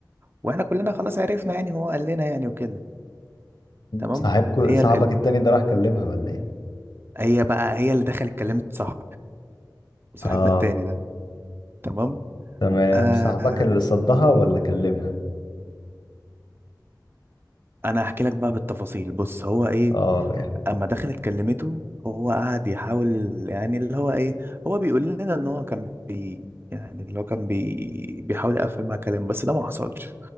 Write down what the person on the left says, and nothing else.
صاحبك
صاحبك
التاني ده راح كلمها ولا ايه
اه
تمام
صاحبك اللي صدها ولا كلمها
اه يعني.